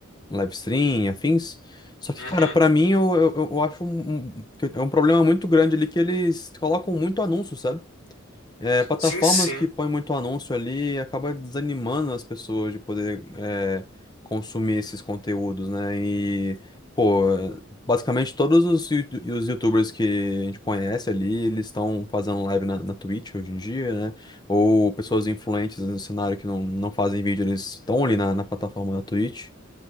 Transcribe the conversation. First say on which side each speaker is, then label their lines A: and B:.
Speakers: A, on the left; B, on the left.
A: live stream e afins, só que,
B: Uhum.
A: cara, pra mim, eu, eu, eu acho um, um- que é um problema muito grande ali que eles colocam muito anúncio, sabe? É, plataformas
B: Sim, sim.
A: que põem muito anúncio ali acaba desanimando as pessoas de poder é, consumir esses conteúdos, né? E, pô, basicamente todos os, yu- os YouTubers que a gente conhece ali, eles estão fazendo live na, na Twitch hoje em dia, né? Ou pessoas influentes no cenário que não, não fazem vídeo, eles estão ali na, na plataforma da Twitch.